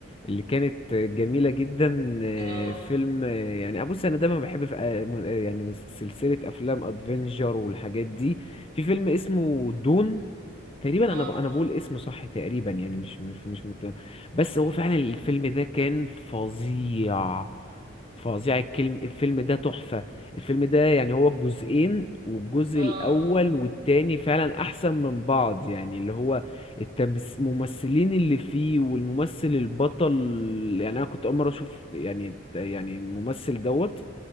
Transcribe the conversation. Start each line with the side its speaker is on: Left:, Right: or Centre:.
Left: اللي كانت جميلة جدا
Right: <laughs>
Left: آه،
Right: اه
Left: فيلم آه، يعني أبص أنا دايما بحب في آه، م- آه، يعني سلسلة أفلام أدفنجر والحاجات دي في فيلم اسمه دون تقريبا
Right: اه
Left: انا ب... انا بقول اسمه صح تقريبا يعني مش مش مش مت... بس هو فعلا الفيلم ده كان فظيع فظيع الكلم الفيلم ده تحفة الفيلم ده يعني هو الجزئين والجزء
Right: اه
Left: الاول والتاني فعلا احسن من بعض يعني اللي هو التمس... الممثلين اللي فيه والممثل البطل يعني انا كنت اول مرة اشوف يعني يعني الممثل دوت